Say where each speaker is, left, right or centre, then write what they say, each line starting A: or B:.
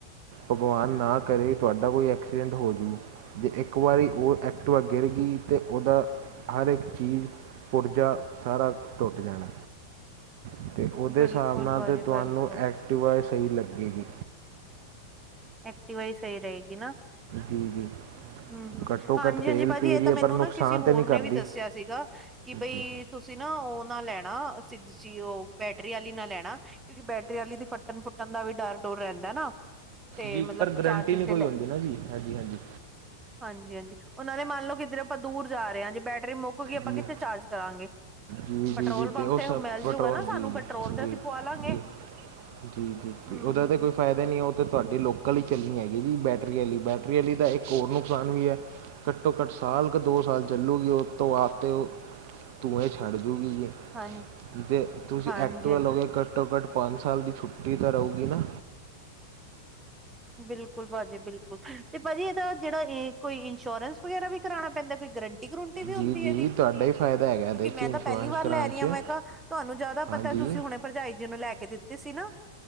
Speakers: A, on the right (about 55°); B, on the right (about 15°).
A: ਭਗਵਾਨ ਨਾ ਕਰੇ ਤੁਹਾਡਾ ਕੋਈ ਐਕਸੀਡੈਂਟ ਹੋਜੂ ਜੇ ਇੱਕ ਵਾਰੀ ਉਹ ਐਕਟਵਾ ਗਿਰਗੀ ਤਾਂ ਉਹਦਾ ਹਰ ਇੱਕ ਚੀਜ਼ ਪੁੁਰਜਾ ਸਾਰਾ ਟੁੱਟ ਜਾਣਾ ਅਤੇ ਉਹਦੇ
B: ਬਿਲਕੁਲ
A: ਹਿਸਾਬ ਨਾਲ
B: ਭਾਜੀ
A: ਤਾਂ
B: ਬਿਲਕੁਲ
A: ਤੁਹਾਨੂੰ ਐਕਟੀਵਾ ਸਹੀ ਲੱਗੇਗੀ
B: ਐਕਟਿਵਾ ਹੀ ਸਹੀ ਰਹੇਗੀ ਨਾ
A: ਜੀ ਜੀ
B: ਹਮ ਹਮ
A: ਘੱਟੋ
B: ਹਾਂਜੀ
A: ਘੱਟ ਤੇਲ
B: ਹਾਂਜੀ ਭਾਜੀ
A: ਪੀ
B: ਇਹ
A: ਰਹੀ
B: ਤਾਂ
A: ਹੈ
B: ਮੈਨੂੰ
A: ਪਰ ਨੁਕਸਾਨ
B: ਨਾ ਕਿਸੇ
A: ਤਾਂ
B: ਹੋਰ
A: ਨਹੀਂ ਕਰਦੀ
B: ਨੇ ਵੀ ਦੱਸਿਆ ਸੀਗਾ ਕਿ ਬਈ
A: ਜੀ
B: ਤੁਸੀਂ ਨਾ ਉਹ ਨਾ ਲੈਣਾ ਸਿਕਸ ਜੀ ਉਹ ਬੈਟਰੀ ਵਾਲੀ ਨਾ ਲੈਣਾ ਕਿਉਂਕਿ ਬੈਟਰੀ ਵਾਲੀ ਦੀ ਫੱਟਣ ਫੁੱਣ ਦਾ ਵੀ ਡਰ ਡੂਰ ਰਹਿੰਦਾ ਨਾ ਤੇ
A: ਜੀ
B: ਮਤਲਬ
A: ਪਰ ਗਰੰਟੀ
B: ਚਾਰਜਿੰਗ
A: ਨਹੀਂ
B: ਤੇ
A: ਕੋਈ
B: ਲੈ
A: ਆਉਂਦੀ ਨਾ ਜੀ ਹਾਂਜੀ ਹਾਂਜੀ
B: ਹਾਂਜੀ ਹਾਂਜੀ ਉਹਨਾਂ ਨੇ ਮੰਨ ਲਓ ਕਿੱਧਰ ਆਪਾਂ ਦੂਰ ਜਾ ਰਹੇ ਹਾਂ ਜੇ ਬੈਟਰੀ ਮੁੱਕ ਕੇ ਆਪਾਂ
A: ਜੀ
B: ਕਿੱਥੇ ਚਾਰਜ ਕਰਾਂਗੇ
A: ਜੀ
B: ਪੈਟਰੋਲ
A: ਜੀ ਜੀ
B: ਪੰਪ
A: ਉਹ
B: ਤੇ
A: ਸਭ
B: ਮਿਲਜੂਗਾ
A: ਪੈਟਰੋਲ
B: ਨਾ ਸਾਨੂੰ
A: ਜੀ ਜੀ
B: ਪੈਟਰੋਲ ਤੇ
A: ਜੀ
B: ਅਸੀਂ
A: ਜੀ
B: ਪਵਾ ਲਾਂਗੇ
A: ਜੀ ਜੀ ਜੀ
B: ਹਮ
A: ਉਹਦਾ
B: ਹਮ
A: ਤਾਂ ਕੋਈ ਫਾਇਦਾ ਕ ਨ ਉਹ ਤਾਂ ਤੁਹਾਡੀ ਲੋਕਲ ਹੀ ਚੱਲਣੀ ਹੈਗੀ ਜੀ ਬੈਟਰੀ ਵਾਲੀ ਬੈਟਰੀ ਵਾਲੀ ਦਾ ਇੱਕ ਹੋਰ ਨੁਕਸਾਨ ਵੀ ਏ ਘੱਟੋ ਘੱਟ ਸਾਲ ਕੁ ਦੋ ਸਾਲ ਚੱਲੂਗੇ ਉਹ ਤ ਉਹ ਆਪ ਤਾਂ ਧੂਹੇ ਛੱਡ ਦੂਗੀ ਜ
B: ਹਾਂ
A: ਜੇ ਤੁਸੀਂ
B: ਹਾਂਜੀ
A: ਐਕਟਵਾ
B: ਹਾਂਜੀ
A: ਲਓਗੇ ਘੱਟੋ ਘੱਟ ਪੰਜ ਸਾਲ ਦੀ ਛੁੱਟੀ ਤਾਂ ਰਉਗੀ ਨਾ
B: ਬਿਲਕੁਲ ਭਾਜੀ ਬਿਲਕੁਲ ਤੇ ਭਾਜੀ ਇਹਦਾ ਜਿਹੜਾ ਇਹ ਕੋਈ ਇੰਸ਼ੋਰੈਂਸ ਵਗੈਰਾ ਵੀ ਕਰਾਉਣਾ ਪੈਂਦਾ ਕੋਈ ਗਰੰਟੀ ਗਰੰਟੀ ਵੀ ਹੁੰਦੀ
A: ਜੀ ਜੀ
B: ਇਹਦੀ ਕਿਉਂਕਿ
A: ਤੁਹਾਡਾ ਹੀ ਫਾਇਦਾ ਹੈਗਾ ਇਹਦੇ
B: ਮੈਂ
A: 'ਚ ਇੰਸ਼ੋਰੈਂਸ
B: ਤਾਂ ਪਹਿਲੀ ਵਾਰ
A: ਕਰਾਉਣ
B: ਲੈ ਰਹੀ ਹਾਂ
A: 'ਚ
B: ਮੈਂ ਕਿਹਾ ਤੁਹਾਨੂੰ ਜਿਆਦਾ
A: ਹਾਂਜੀ
B: ਪਤਾ ਤੁਸੀਂ ਹੁਣੇ ਭਰਜਾਈ ਜੀ ਨੂੰ ਲੈ ਕੇ ਦਿੱਤੀ ਸੀ ਨਾ